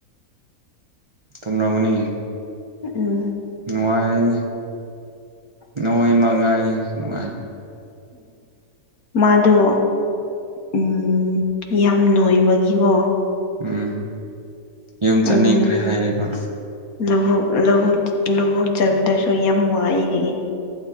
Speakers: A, on the right (about 35°); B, on the left (about 70°).
A: ꯇꯨꯝꯔꯝꯒꯅꯤ
B: ꯎꯝ
A: ꯅꯨꯡꯉꯥꯏꯔꯤꯅꯤ ꯅꯣꯏ ꯃꯥ ꯉꯥꯏꯔꯤꯅꯤ ꯅꯨꯡꯉꯥꯏ
B: ꯃꯥꯗꯣ ꯎꯝ ꯌꯥꯝ ꯅꯣꯏꯕꯒꯤꯀꯣ
A: ꯎꯝ ꯌꯨꯝ ꯆꯠꯅꯤꯡꯈ꯭ꯔꯦ
B: ꯎꯝ
A: ꯍꯥꯏꯌꯦꯕ
B: ꯂꯧꯕꯨꯛ ꯂꯧꯕꯨꯛ ꯂꯧꯕꯨꯛ ꯆꯠꯄꯥꯗꯁꯨ ꯌꯥꯝ ꯋꯥꯏꯌꯦ